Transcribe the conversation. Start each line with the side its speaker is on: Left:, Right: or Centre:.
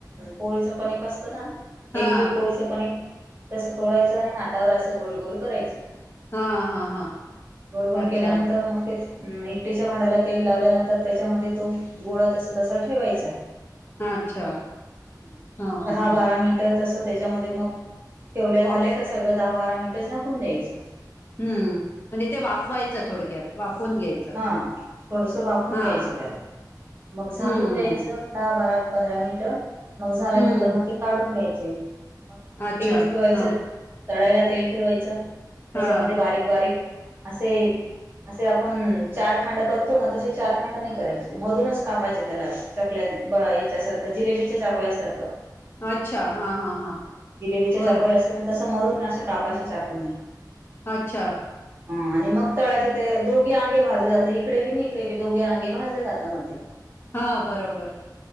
Right: पोळीच कणिक असतं ना
Left: हां
Right: एक दीड पोळीच कणिक तसं तोडायचं आणि हातावर असं गोल गोल करायचं.
Left: हां हां हां
Right: गोल गोल
Left: अच्छा
Right: केल्यानंतर मग ते अ इटलीच्या भांड्याला तेल लावल्यानंतर त्याच्यामध्ये तो गोळा तसा तसा ठेवायचा.
Left: अच्छा
Right: हम्
Left: हां
Right: मग दहा
Left: हां
Right: बारा मिनट तस त्याच्या त्याच्यामध्ये मग ठेवलं झालंय
Left: वास
Right: का सगळं दहा बारा मिनिटं झाकून द्यायचं.
Left: हम् म्हणजे ते
Right: हम्म.
Left: वाफवायचं थोडक्यात वाफून घ्यायचं.
Right: हा थोडस बाफून
Left: हा
Right: घ्यायचं त्याला. मग झाकून
Left: हम्म
Right: द्यायचं दहा, बारा, पंधरा मिनिटं मग झाल्यानंतर
Left: हम्म
Right: मग ते काढून घ्यायचे मग
Left: अच्छा
Right: तेल ठेवायच
Left: हा
Right: तळायला तेल ठेवायचं. त्याच्यामध्ये
Left: हा
Right: बारीक-बारीक असे-असे आपण चार खांड करतो ना तसे चार खांड नाही करायचे मधूनच कापायचे त्याला. चकल्या ब याच्यासारखं जिलेबीच्या चाकोळ्यासारखं.
Left: अच्छा हा हा हा
Right: जिलेबीच्या
Left: बर
Right: चाकोळ्या असत ना तस मळुन असा कापायच्या चाकूनी.
Left: अच्छा.
Right: हं आणि मग तळाचे ते दोघे अ भाजलं जातं इकडे बी इकडे दोघे आगे भाजले जातं मध्ये.
Left: हा बरोबर